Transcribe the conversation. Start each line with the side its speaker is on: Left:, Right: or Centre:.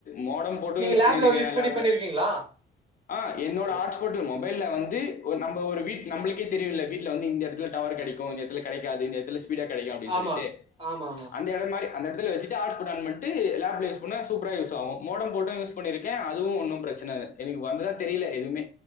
Left: மோடம் போட்டும்
Right: நீங்க
Left: யூஸ்
Right: லேப்ல
Left: பண்ணியிருக்கே
Right: யூஸ் பண்ணி
Left: லேப்ல
Right: பண்ணிருக்கீங்களா
Left: ஆ என்னோட
Right: ஓகே
Left: ஹாட்ஸ்போட் மொபைல வந்து நம்ம ஒரு வீட் நம்ளுக்கே தெரியுல வீட்ல வந்து இந்த இட டவர் கிடைக்கும் இந்த இடத்துல கிடைக்காது இந்த இடத்துல ஸ்பீடா கிடைக்கும் அப்டின்னு
Right: ஆமா
Left: சொல்லிட்டு
Right: ஆமா ஆமா
Left: அந்த இடம் மாரி வச்சட்டு ஹாட்ஸ்பாட் ஆன் பண்ட்டு லாப்ல யூஸ் பண்ணா சூப்பராக யூஸாகும் மோடம் போட யூஸ் பண்ணிருக்கே அதுவு ஒன்னு பிரச்ச ன எனக்கு வந்ததா தெரியல எதுவுமே